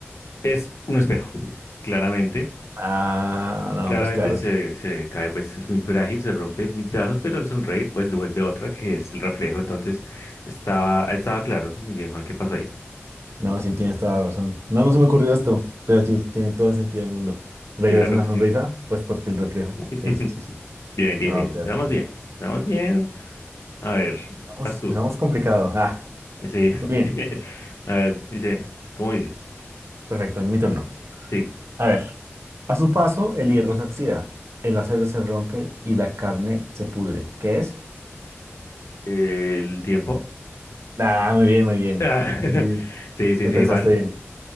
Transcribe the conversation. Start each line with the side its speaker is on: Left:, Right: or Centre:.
Left: Es un espejo, claramente.
Right: Ah, no,
Left: Claramente
Right: pues claro.
Left: se, se cae, pues es muy frágil, se rompe en mil pedazos, pero al sonreír, pues devuelve otra, que es el reflejo. Entonces, estaba, estaba claro. Muy bien, Juan, ¿qué pasó ahí?
Right: No, sí, tienes toda la razón. No, no se me ocurrió esto, pero sí, tiene todo el sentido del mundo. Regresa
Left: Claro
Right: una
Left: que
Right: sonrisa,
Left: sí.
Right: pues porque el reflejo.
Left: <laughs>
Right: Sí, sí, sí, sí.
Left: Bien, bien,
Right: No,
Left: bien.
Right: claro
Left: Estamos
Right: que sí.
Left: bien. Estamos bien. A ver,
Right: Estamos,
Left: vas tú.
Right: empezamos complicado. Ah,
Left: Sí.
Right: muy
Left: <laughs>
Right: bien.
Left: A ver, dice, ¿cómo dice?
Right: Perfecto, es mi turno.
Left: Sí,
Right: A ver. A su paso, el hierro se oxida, el acero se rompe y la carne se pudre. ¿Qué es?
Left: eh, el tiempo.
Right: Ah, muy bien, muy bien.
Left: Ah,
Right: Ahí sí,
Left: <laughs> Sí, sí,
Right: lo
Left: sí,
Right: pensaste
Left: Juan.
Right: bien.